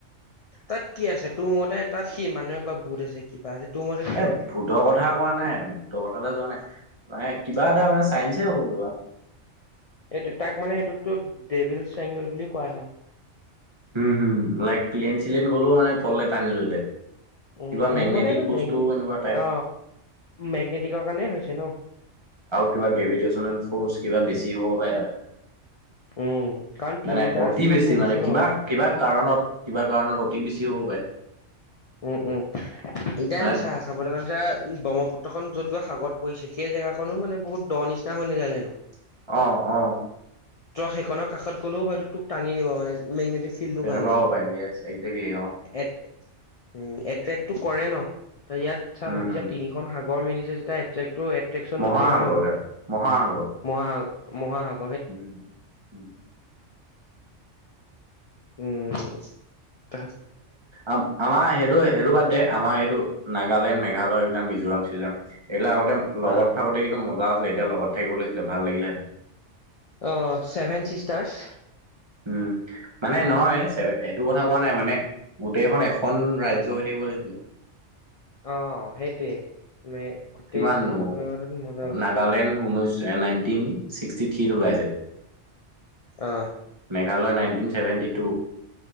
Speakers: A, on the left; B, on the right.
A: তাত কি আছে তোৰ মতে তাত সি মানুহে ক ভূত আছে কিবা তোৰ মতে কি আছে
B: এ ভূতৰ কথা কোৱা নাই, ভূতৰ কথালৈ যোৱা নাই, ম কিবা এটা মানে চাইন্সে হ'ব কিবা
A: এইটো তাক মানে সেইটোক ডেভিল চেংগল বুলি কোৱা হয়।
B: উম হম লাইক প্লেন চিলেন গ'লেও মানে তলে টানি লৈ যায়।
A: উ
B: কিবা মেগনেটিক
A: মোৰ মোৰ মতেটো মেগনে
B: বস্তু এনেকুৱা টাইপ
A: অ মেগনেটিকৰ কাৰণে হৈছে ন।
B: কিবা গ্ৰেভিটেশচনেল ফ'ৰ্চ কিবা বেছি হ'ব পাৰে তাত।
A: উম কাৰণ তিনিটা
B: মানে অতি
A: চুক
B: বেছি
A: মিলিছে
B: মানে
A: ন
B: কিবা কিবা কাৰণত কিবা কাৰণত অতি বেছি হ'ব পাৰে।
A: উম উম এতিয়া
B: মানে
A: এইটো চাহ চাবলৈ গ'লে যে ব্ৰহ্মপুত্ৰ পুত্ৰখন য'ত গৈ সাগৰ পৰিছে সেই জেগাখননো মানে বহুত দৰ নিচিনা হৈ নাযায় জানো।
B: অ অ।
A: ত সেইখনৰ কাষত গ'লেও হয় তোক টানি নিব মানে মে ফিল্ডৰ
B: তেনেকুৱা
A: কাৰণে
B: হ'ব পাৰে য়েছ একজেক্টলি অ
A: এ উ এট্ৰেক্টটো কৰে ন, ত ইয়াত চা
B: উম
A: ভাবিছা
B: হম
A: তিনিখন সাগৰ মিলিছে যেতিয়া এট্ৰেট এট্ৰেকনটো
B: মহাসাগৰ
A: কিমান হ'ব,
B: মহাসাগৰ
A: মহা মহাগ
B: উম উম।
A: উম ত।
B: আ আমাৰ সেইটো সেইটো বাদ দে। আমাৰ এইটো নাগালেণ্ড, মেঘালয়, এইবিলাক মিজোৰাম যাম। এইবিলাক আগতে লগত
A: আহ
B: খাকোতে কিন্তু মজা আছিলে। এতিয়া লগত থাকিব লাগিছিলে ভাল লাগিলে
A: অ ছেভেন চিষ্টাৰছ।
B: উম মানে নহয়। এইটো কথা কোৱা নাই মানে গোটেইখন এখন ৰাজ্য হৈ হৈ থাকিলে
A: অ সেইটোৱে। মে গোটেইখন
B: কিমান নো
A: মজা হ'লহেতেন
B: নাগালেণ্ড ঊনৈছ নাইনটিন ছিক্সটি থ্ৰী। থ্ৰীত ওলাইছে,
A: অ
B: মেঘালয় নাইনটি চেভেন্তিন।